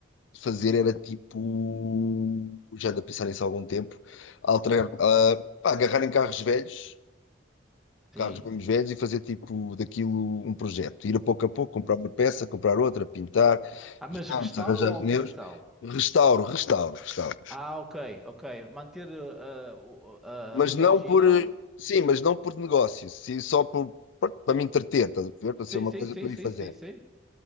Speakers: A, on the left; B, in the centre.
A: fazer era tipo, já ando a pensar nisso há algum tempo, alterar, ah, pá, agarrar em carros velhos
B: Sim.
A: carros mesmo velhos e fazer tipo daquilo um projeto. Ir a pouco a pouco, comprar uma peça, comprar outra, pintar,
B: Ah,
A: juntos,
B: mas restauro
A: arranjar
B: ou alteração?
A: pneus, restauro, restauro, restauro.
B: Ah, ok, ok. Manter uh, uh, o- a,
A: Mas
B: a linha
A: não
B: original.
A: por, eh, sim, mas não por negócio, sim, só por, por- para me entreter, estás a ver? Para
B: Sim,
A: ser uma
B: sim,
A: coisa
B: sim,
A: para eu
B: sim,
A: ir fazer,
B: sim, sim.